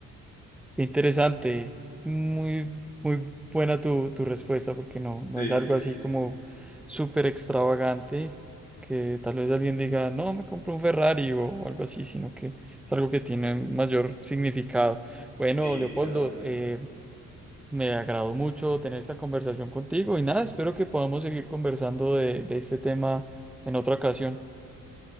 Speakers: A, in the centre; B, on the left.
A: Interesante, muy, muy buena tu, tu respuesta, porque no, no
B: Sí,
A: es algo así como súper extravagante, que tal vez alguien diga, no, me compro un Ferrari o algo así, sino que es algo que tiene mayor significado. Bueno,
B: sí,
A: Leopoldo,
B: claro.
A: eh, me agradó mucho tener esta conversación contigo y nada, espero que podamos seguir conversando de, de este tema en otra ocasión.